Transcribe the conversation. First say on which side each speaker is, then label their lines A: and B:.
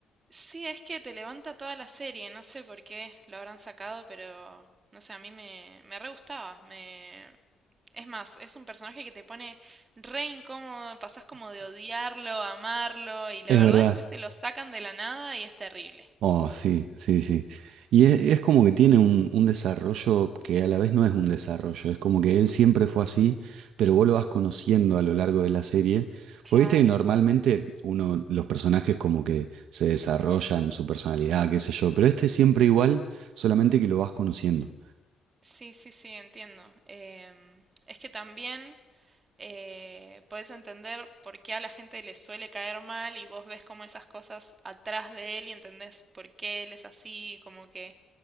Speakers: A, on the right (about 35°); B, on the right (about 80°).
A: Sí, es que te levanta toda la serie, no sé por qué lo habrán sacado, pero no sé, a mí me, me re gustaba. Me... Es más, es un personaje que te pone re incómodo, pasás como de odiarlo, a amarlo, y la
B: <laughs> Es
A: verdad
B: verdad,
A: después te lo sacan de la nada y es terrible.
B: Oh, sí, sí, sí. Y es, es como que tiene un, un desarrollo que a la vez no es un desarrollo, es como que él siempre fue así, pero vos lo vas conociendo a lo largo de la serie.
A: Claro,
B: Porque viste que normalmente uno, los personajes como que se desarrollan su personalidad, qué sé yo, pero este es siempre igual, solamente que lo vas conociendo.
A: sí, sí, sí, entiendo. Em, es que también eh, puedes entender por qué a la gente le suele caer mal y vos ves como esas cosas atrás de él y entendés por qué él es así, como que